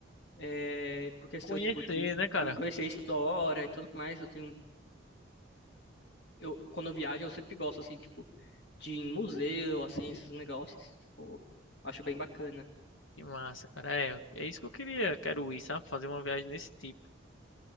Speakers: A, on the left (about 55°); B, on the left (about 80°).
A: é, por questão
B: Conhecer,
A: tipo de
B: né, cara?
A: e conhecer a história e tudo mais. Eu tenho eu quando eu viajo eu sempre gosto assim, tipo de ir em museu, assim, esses negócios. Tipo, acho bem bacana.
B: Que massa, cara. É, é isso que eu queria. Quero ir, sabe? Fazer uma viagem desse tipo.